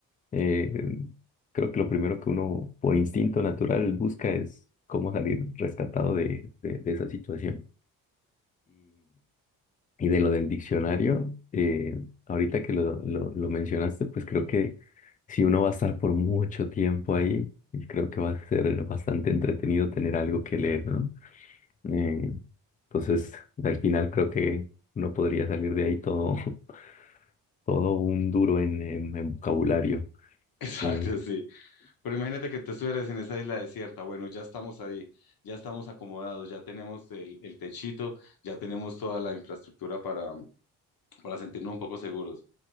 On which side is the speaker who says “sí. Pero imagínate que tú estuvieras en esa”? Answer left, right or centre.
Left